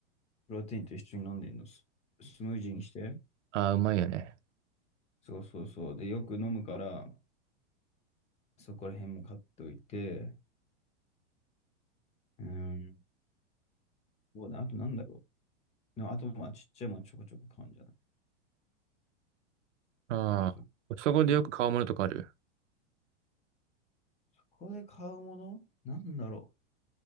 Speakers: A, on the left; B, on the right.
A: プロテインと一緒に飲んでんの、ス、スムージーにして。
B: ああ、うまいよね。
A: そうそうそう。で、よく飲むから、そこら辺も買っておいて、うん、そうだね、あとなんだろう。でもあとまあちっちゃいものちょこちょこ買うんじゃない
B: ああ、
A: そうそう。
B: コストコでよく買うものとかある。
A: 結構ここで買うものなんだろ